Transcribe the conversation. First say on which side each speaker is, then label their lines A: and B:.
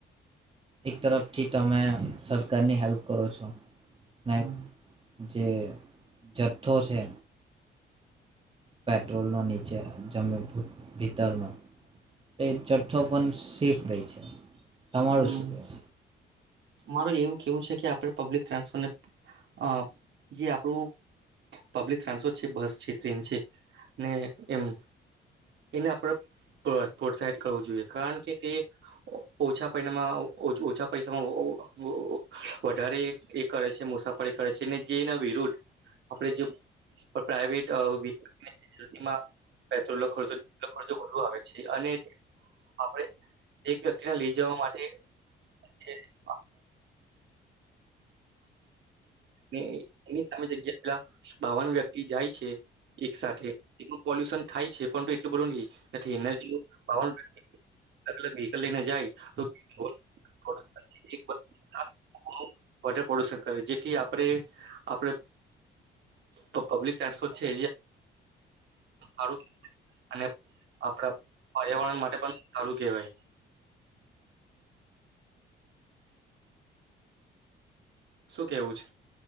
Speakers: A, on the right (about 30°); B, on the right (about 65°).
A: એક તરફથી તમે સરકારની હેલ્પ કરો છો. ને
B: હમ્મ.
A: જે જથ્થો છે પેટ્રોલનો નીચે જમી ભી ભીતરમાં તો એ જથ્થો પણ સેફ રેય છે. તમારું
B: હમ
A: શું કેવું?
B: મારું જ એવું કેવું છે કે આપણે પબ્લિક ટ્રાન્સફરને અહ જે આપણું પબ્લિક ટ્રાન્સપોર્ટ છે, બસ છે, ટ્રેન છે, ને એમ, એને આપણે પ પ્રોત્સાહિત કરવું જોઈએ, કારણ કે તે ઓછા પૈનામાં ઓછા પૈસામાં ઓ વધારે એ-એ કરે છે, મુસાફરી કરે છે અને જે એના વિરુદ્ધ આપણે જે પ્રાઈવેટ અહ <inaudible> એમાં પેટ્રોલ નો ખર્ચો <unintelligible> વધુ આવે છે, અને આપણે એક વ્યક્તિને લઈ જવા માટે <unintelligible> <inaudible> ને એની સામે <unintelligible> બાવન વ્યક્તિ જાય છે એક સાથે, એટલું પોલ્યુશન થાય છે, પણ એટલું બધું નહી નથી, એને જી બાવન <inaudible> વ્હીકલ લઈને જાય તો <inaudible> <inaudible> બધે પોલ્યુશન કરે જેથી આપણે આપણે તો પબ્લિક ટ્રાન્સપોર્ટ છે <inaudible> અને આપણા પર્યાવરણ માટે પણ સારું કહેવાય. શું કેવું છ?